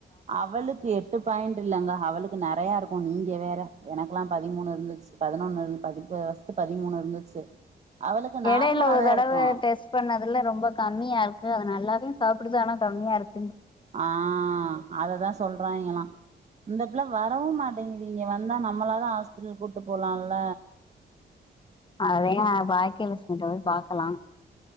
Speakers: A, on the right; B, on the left.
A: அவளுக்கு எட்டு பாயிண்ட் இல்லங்க அவளுக்கு நெறயா இருக்கு நீங்க வேற எனக்குலா பதிமூணு இருந்துச்சு பதினொன்னு பதி <unintelligible> பதிமூணு இருந்துச்சு அவளுக்கு நார்மலா
B: எடைல ஒரு
A: தா
B: தடவ
A: இருக்கு
B: டெஸ்ட் பண்ண வெல்ல ரொம்ப கம்மியா இருக்கு அது நல்லாவே சாப்புடுது ஆனா கம்மியா இருக்
A: ஆஹ் அததா சொல்றாய்ங்கலா இந்த புள்ள வரவு மாட்டேங்கிது இங்க வந்தா நம்மளாவது ஹாஸ்பிட்டல் கூப்ட்டு போலால
B: அதே பாக்கிய லட்சுமிகிட்ட போய் பாக்கலா